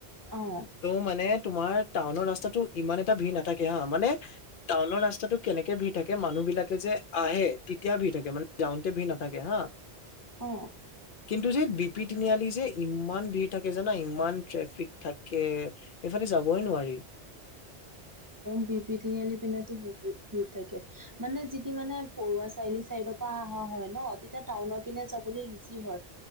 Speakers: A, on the right; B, on the left.
A: অ
B: ত মানে তোমাৰ টাউনৰ ৰাস্তাটো ইমান এটা ভিৰ নাথাকে হা মানে টাউনৰ ৰাস্তাটো কেনেকে ভিৰ থাকে মানুহ বিলাকে যে আহে তেতিয়া ভিৰ থাকে মানে যাওঁতে ভি নাথাকে হা।
A: অ।
B: কিন্তু যে বি পি তিনিআলি যে ইমান ভিৰ থাকে জানা, ইমান ট্ৰেফিক থাকে। এইফালে যাবই নোৱাৰি। <inaudible>
A: বি বি তিনিআলি পিনেতো বহুত ভিৰ থাকে, মানে যিদি মানে পৰুৱা চাৰিলি চাইডক পা হয় হয় ন তেতিয়া টাউনৰ পিনে যাবলৈ ইজি হয়